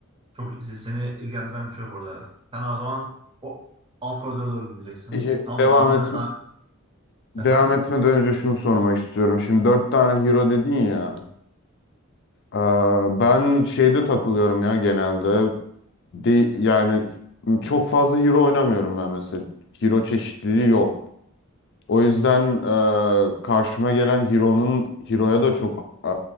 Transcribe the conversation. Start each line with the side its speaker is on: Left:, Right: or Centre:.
Right: Çok seni ilgilendiren bir şey yok orada. Sen o zaman o alt koridora doğru gideceksin.
Left: Peki,
Right: Anladım.
Left: Devam
Right: Onları
Left: et
Right: da
Left: devam
Right: efendim.
Left: etmeden önce şunu sormak istiyorum. Şimdi dört tane hero dedin ya. Ee, ben şeyde takılıyorum ya genelde. De, yani çok fazla hero oynamıyorum ben mesela. Hero çeşitliliği yok. O yüzden e, karşıma gelen hero'nun hero'ya da çok e,